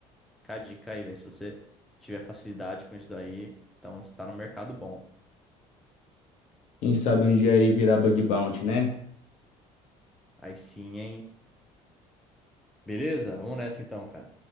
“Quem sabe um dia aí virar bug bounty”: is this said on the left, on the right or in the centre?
Left